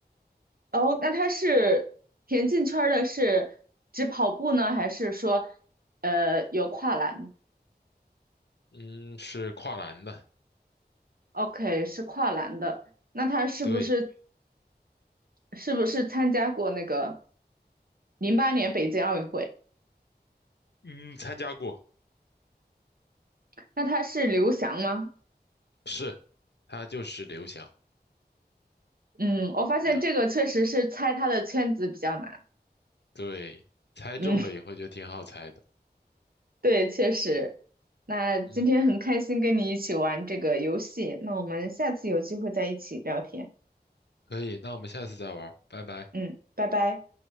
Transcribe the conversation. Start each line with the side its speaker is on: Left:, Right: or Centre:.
Right: 哦，那他是田径圈儿的是只跑步呢，还是说呃有跨栏呢
Left: 嗯，是跨栏的，
Right: ？OK，是跨栏的。那他是不是
Left: 对，
Right: 是不是参加过那个零八年北京奥运会？
Left: 嗯，参加过，
Right: 那他是刘翔吗？
Left: 是，他就是刘翔，
Right: 嗯，我发现这个确实是猜他的圈子比较难。
Left: 怎么样？对，猜中了以后就挺好猜的，
Right: 嗯。对，确实。那今天很开心跟你一起玩这个游戏，
Left: 嗯。
Right: 那我们下次有机会再一起聊天。
Left: 可以，那我们下次再玩拜拜。
Right: 嗯，拜拜。